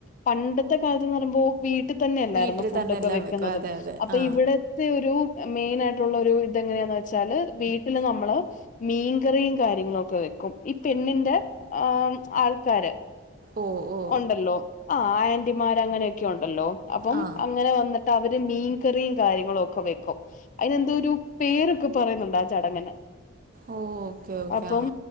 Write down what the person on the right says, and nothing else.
വീട്ടിൽ
തന്നെ എല്ലാം
വെക്കും അതെ അതെ
ആ
ഓ ഓ
ആ
ഓ ഓക്കെ ഓക്കെ
ആ